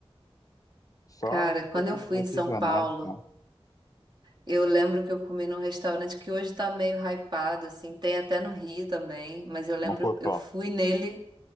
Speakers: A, on the left (about 35°); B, on the right (about 45°).
A: só
B: Cara,
A: essas coisinhas
B: quando eu fui
A: mais
B: em São
A: regionais,
B: Paulo,
A: tá?
B: eu lembro que eu comi num restaurante que hoje tá meio hypado, assim, tem até no Rio também, mas eu lembro,
A: Mocotó,
B: eu fui nele.